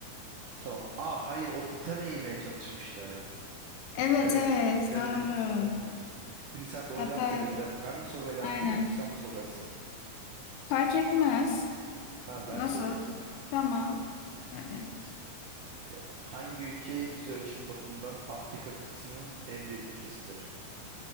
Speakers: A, on the right; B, on the left.
A: Tamam. Aa hayır o Titan'ı yemeye çalışmıştı.
B: Evet
A: Evet.
B: evet
A: Evet.
B: doğru.
A: Ne yemeye çalıştı? Şimdi sen doğru
B: Hatta
A: cevap bildin. De, ben mi sormaya devam
B: aynen.
A: edeyim yoksa sen mi soracaksın?
B: Fark etmez.
A: Tamam ben
B: Nasıl?
A: sorayım o zaman.
B: Tamam. Hadi.
A: E, hangi ülke yüz ölçümü bakımından Afrika kıtasının en büyük ülkesidir?